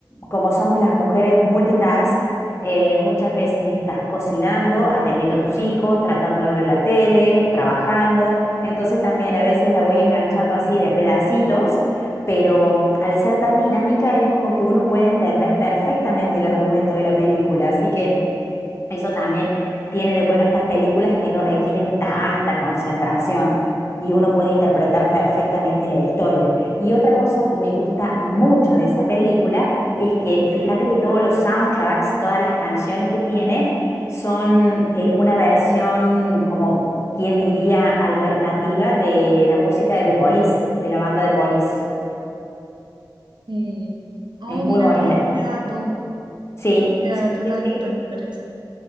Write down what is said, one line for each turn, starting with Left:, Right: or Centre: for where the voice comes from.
Left: como somos las mujeres multitask, eh, muchas veces estás cocinando, atendiendo a tus hijos, tratando de ver la tele, trabajando. Entonces también a veces la voy enganchando así de a pedacitos, pero mm, al ser tan dinámica es como que uno puede entender perfectamente el argumento de la película. Así que... Eso también tiene de bueno estas películas que no requieren tanta concentración y uno puede interpretar perfectamente la historia. Y otra cosa que me gusta mucho de esa película es que fíjate que todos los soundtracks, todas las canciones que tiene son eh, una versión como, quien diría?, alternativa de la música de The Police, de la banda de Police.
Right: Y, oh,
Left: Es muy
Right: mira
Left: bonita.
Right: qué, qué dato,
Left: Sí,
Right: qué dato
Left: sí, sí,
Right: tan,
Left: sí.
Right: tan interesante.